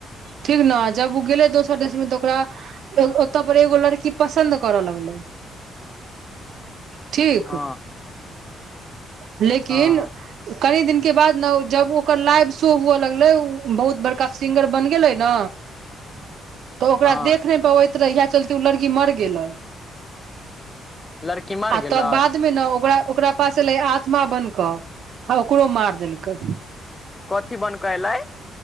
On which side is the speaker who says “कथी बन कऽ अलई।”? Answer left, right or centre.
Left